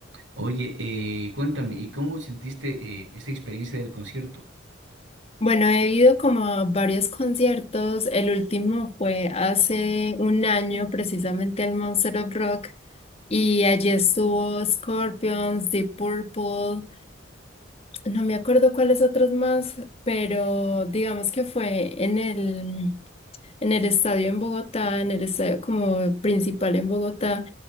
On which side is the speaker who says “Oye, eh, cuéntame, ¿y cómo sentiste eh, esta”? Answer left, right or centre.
Right